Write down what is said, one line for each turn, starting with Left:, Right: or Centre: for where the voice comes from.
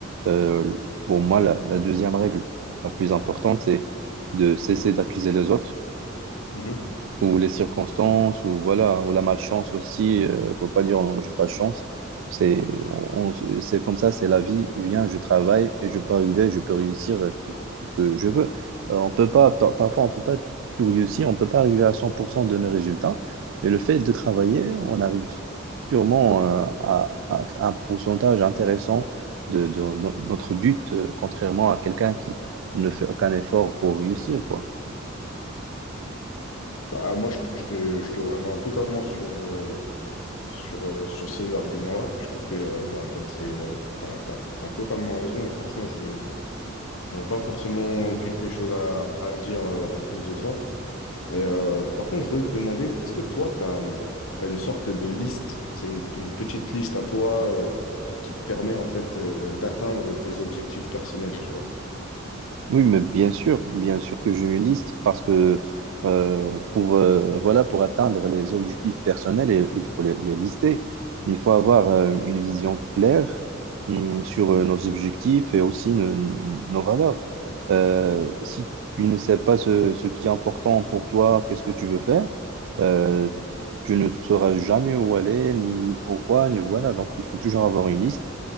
Right: euh, pour moi, la, la deuxième règle la plus importante, c'est de cesser d'accuser les autres
Left: Mhm.
Right: ou les circonstances, ou voilà, ou la malchance aussi. euh, faut pas dire non, j'ai pas de chance. C'est on- on- c'est comme ça, c'est la vie. Viens, je travaille et je peux arriver, je peux réussir euh, tout, tout ce que je veux. Euh, on peut pas, par- parfois, on peut pas tout réussir, on peut pas arriver à 100% de nos résultats. Mais le fait de travailler, on arrive sûrement euh, à, à un pourcentage intéressant de, de no- notre but, euh, contrairement à quelqu'un qui ne fait aucun effort pour réussir, quoi.
Left: Bah, moi, je, te, je te je te rejoins totalement sur, euh, sur, euh, sur ces arguments-là. Je trouve que euh, bah, en fait, c'est, euh, t'as, t'as- t'as totalement raison et franchement, je n'aurais pas forcément quelque chose à, à dire euh, en plus de ça. Et, euh, par contre, je voulais te demander, est-ce que toi, tu as, une sorte de liste, c'est une, une petite liste à toi euh, qui te permet en fait euh, d'atteindre tes objectifs personnels, tu vois?
Right: Oui, mais bien sûr, bien sûr que j'ai une liste parce que euh, pour, euh, voilà, pour atteindre les objectifs personnels, il il faut les, les lister. Il faut avoir euh, une vision claire hum, sur euh, nos objectifs et aussi nos, nos valeurs. Euh, si tu ne sais pas ce, ce qui est important pour toi, qu'est-ce que tu veux faire, euh, tu ne sauras jamais où aller, ni, ni pourquoi, ni voilà. Donc, il faut toujours avoir une liste